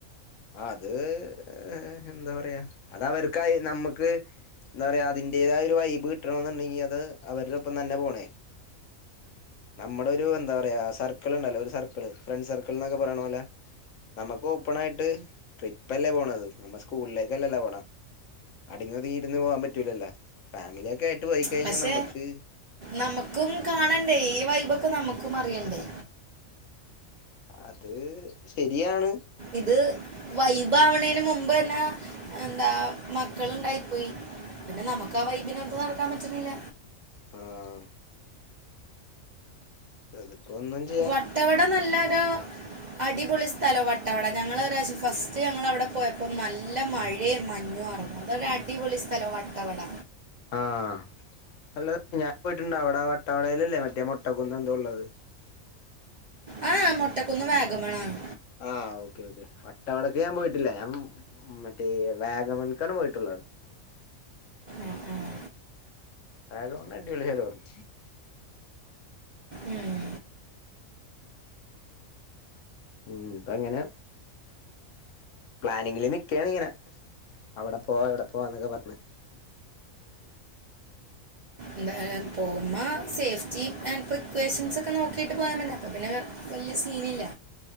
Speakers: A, on the left (about 70°); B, on the right (about 45°).
A: അത് എഹ് എന്താ പറയാ അത് അവർക്കായി നമ്മക്ക് എന്താ പറയാ അതിന്റേതായ ഒരു വൈബ് കിട്ടണെന്നുണ്ടെങ്കിൽ അത് അവരോടൊപ്പം തന്നെ പോണേ നമ്മുടെ ഒരു എന്താ പറയാ സർക്കിൾ ഇണ്ടല്ലോ ഒരു സർക്കിൾ ഫ്രണ്ട് സർക്കിൾ എന്നൊക്കെ പറയണ പോലെ നമുക്ക് ഓപ്പൺ ആയിട്ട് ട്രിപ്പല്ലേ പോണത് നമ്മ സ്കൂളിലേക്കല്ലല്ലേ പോണ് അടങ്ങി ഒതുങ്ങി ഇരുന്ന് പോവാൻ പറ്റൂലല്ലോ ഫാമിലിയൊക്കെ ആയിട്ട് പോയിക്കഴിഞ്ഞാൽ
B: പക്ഷെ
A: നമുക്ക്
B: നമുക്കും കാണണ്ടേ ഈ വൈബൊക്കെ നമ്മുക്കും അറിയണ്ടേ
A: അത് ശരിയാണ്
B: ഇത് വൈബാവണേന് മുമ്പ് അന്നെ എന്താ മക്കള്ണ്ടായിപ്പോയി പിന്നെ നമുക്ക് ആ വൈബിന് ഒത്ത് നടക്കാൻ പറ്റുന്നില്ല
A: ആഹ് <unintelligible> പ്പളൊന്നും ചെയ്
B: വട്ടവട നല്ലൊരു അടിപൊളി സ്ഥലവാ വട്ടവട ഞങ്ങള് ഒരു പ്രാവശ്യം ഫസ്റ്റ് ഞങ്ങളവിടെ പോയപ്പോൾ നല്ല മഴയും മഞ്ഞും ആർന്നു നല്ല അടി പൊളി സ്ഥലമാ വട്ടവട
A: ആഹ് അല്ല് ഞാൻ പോയിട്ടുണ്ട് അവിടെ വട്ടവടയിലല്ലേ മറ്റേ മൊട്ട കുന്ന് എന്തോ ഉള്ളത്
B: ഏഹ് ഹേ മൊട്ടക്കുന്ന് വാഗമൺ ആണ്
A: ആഹ് ഓക്കെ ഓക്കെ വട്ടവടക്ക് ഞാൻ പോയിട്ടില്ല ഞാൻ മറ്റേ വാഗമൺക്കാണ് പോയിട്ടുള്ളത്
B: ആഹ് ആഹ്
A: വാഗമൺ അടിപൊളിസ്ഥലവാണ്
B: ഉം ഉം
A: ഉം പ്പങ്ങനെ പ്ലാനിങ്ങില് നിക്കേണ് ഇങ്ങനെ അവിടെ പോവാ ഇവിടെ പോവാ എന്നൊക്കെ പറഞ്ഞ്
B: എന്താലും പോകുമ്മ സേഫ്റ്റി ആൻഡ് പ്രിക്കോഷൻസ് ഒക്കെ നോക്കിയിട്ട് പോയാമതി അപ്പൊ പിന്നെ വല്ല്യ സീനില്ല